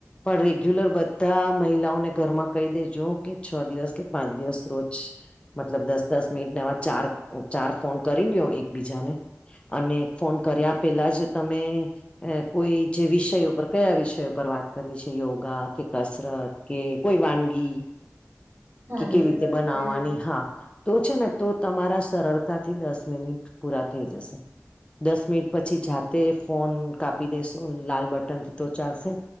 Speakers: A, on the left; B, on the right.
A: પણ રેગ્યુલર બધા મહિલાઓને ઘરમાં કહી દેજો કે છ દિવસ કે પાંચ દિવસ રોજ મતલબ દસ દસ મિનિટનેમાં ચાર ચાર ફોન કરી લ્યો એકબીજાને અને એક ફોન કર્યા પેલા જ તમે અ કોઈ જે વિષયો પર કયા વિષયો પર વાત કરવી છે યોગા કે કસરત કે કોઈ વાનગી
B: હા
A: કે કેવી રીતે
B: એ વાત
A: બનાવાની
B: બી.
A: હા તો છે ને તો તમારા સરળતાથી દસ મિનિટ પૂરા થઈ જશે. દસ મિનિટ પછી જાતે ફોન કાપી દેસું લાલ બટનથી તો ચાલશે